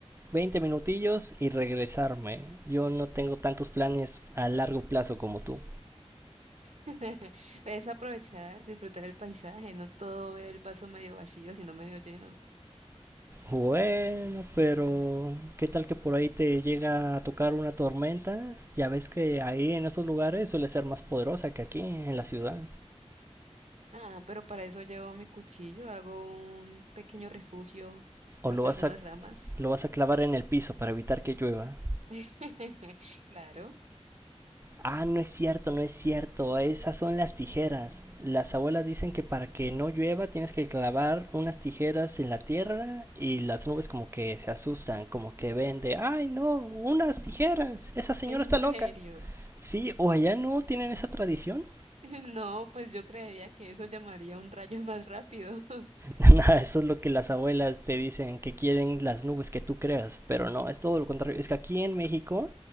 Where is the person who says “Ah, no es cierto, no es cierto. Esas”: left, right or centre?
Right